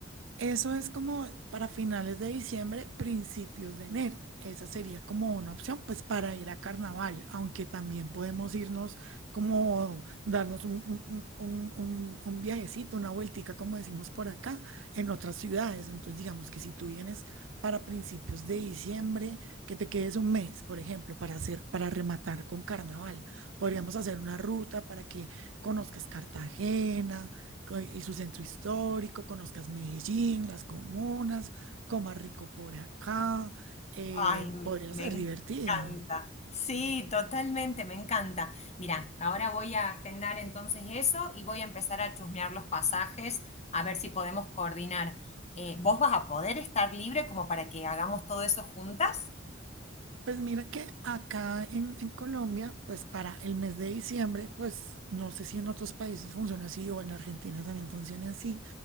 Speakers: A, on the right; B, on the left.
A: Eso es como para finales de diciembre, principios de enero. Esa sería como una opción, pues para ir a carnaval, aunque también podemos irnos como darnos un, un- un- un- un viajecito, una vueltica, como decimos por acá, en otras ciudades. Entonces, digamos que si tú vienes para principios de diciembre, que te quedes un mes, por ejemplo, para hacer, para rematar con carnaval. Podríamos hacer una ruta para que conozcas Cartagena co- y su centro histórico, conozcas Medellín, las comunas, comas rico por acá, eh,
B: Ay,
A: podría
B: me
A: ser divertido.
B: encanta. Sí, totalmente, me encanta. Mira, ahora voy a agendar entonces eso y voy a empezar a chusmear los pasajes a ver si podemos coordinar. Eh, ¿vos vas a poder estar libre como para que hagamos todo eso juntas?
A: Pues mira que acá en, en Colombia, pues para el mes de diciembre, pues no sé si en otros países funciona así o en Argentina también funciona así.